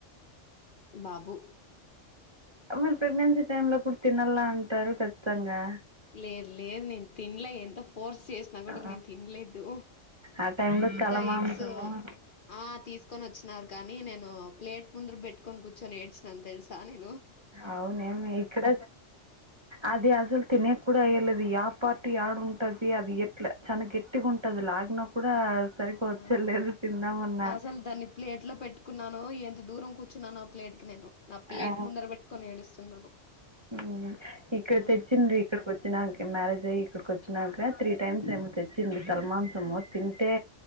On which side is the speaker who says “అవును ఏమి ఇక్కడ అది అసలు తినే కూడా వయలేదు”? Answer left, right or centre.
Right